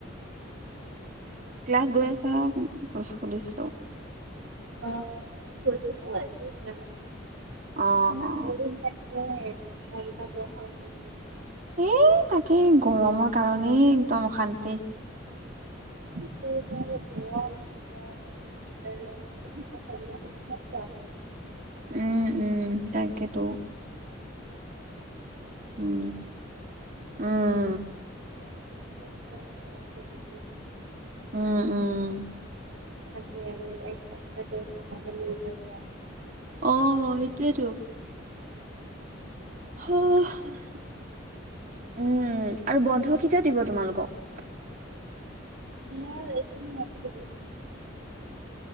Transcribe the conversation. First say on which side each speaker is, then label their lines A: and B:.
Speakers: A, on the right (about 45°); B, on the right (about 75°).
A: ক্লাছ গৈ আছা ন গৈছো সুধিছিলো
B: অ অ গৈছিলো আজি ইমান
A: অ অ।
B: কোঁৱলী মাৰে হয়েই মাথা বিষোৱা দৰপ খাইছো
A: এ তাকে গৰমৰ কাৰণেই একদম অশান্তি।
B: <unintelligible> <unintelligible>
A: উম উম তাকেতো। উম উম
B: এ এইটো বিষয়ে যে একো বুজিয়ে পোৱা নাই
A: উম উম
B: থাকি আহিলো এক সপ্তাহ <unintelligible>
A: অ' সেইটোয়েইতো। স উম আৰু বন্ধ কেতিয়া দিব তোমালোকক
B: আমাৰ এইটো মাহত